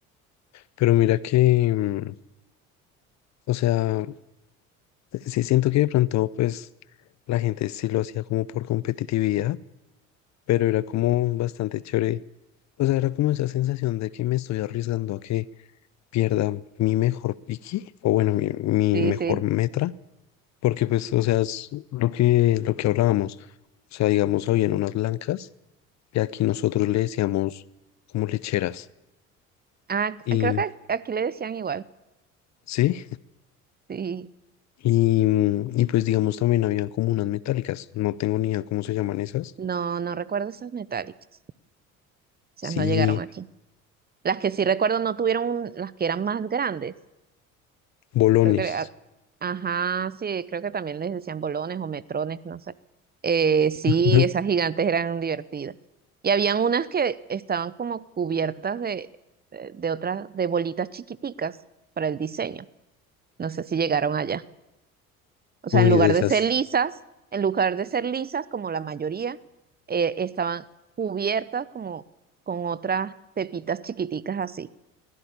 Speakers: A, on the left (about 40°); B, on the right (about 20°).
A: Pero mira que, mm, o sea, sí siento que de pronto, pues, la gente sí lo hacía como por competitividad, pero era como bastante chévere. O sea, era como esa sensación de que me estoy arriesgando a que pierda mi mejor piqui, o bueno, mi, mi
B: Sí,
A: mejor
B: sí.
A: metra, porque pues, o sea, es lo que, lo que hablábamos. O sea, digamos, habían unas blancas. que aquí nosotros le decíamos como lecheras.
B: Ah,
A: Y
B: creo que aquí le decían igual.
A: sí,
B: Sí.
A: y, mm, y pues digamos también había como unas metálicas, no tengo ni idea cómo se llaman esas.
B: No, no recuerdo esas metálicas. Esas
A: Sí,
B: no llegaron aquí. Las que sí recuerdo no tuvieron, un- las que eran más grandes.
A: bolones.
B: Creo que, a- ajá, sí, creo que también les decían bolones o metrones, no sé. Eh, sí,
A: <laughs>
B: esas gigantes eran divertidas. Y habían unas que estaban como cubiertas de, de de otras, de bolitas chiquiticas para el diseño. No sé si llegaron allá. O sea,
A: Uy,
B: en lugar
A: de esas.
B: de ser lisas, en lugar de ser lisas, como la mayoría, eh, estaban cubiertas como con otras pepitas chiquiticas así.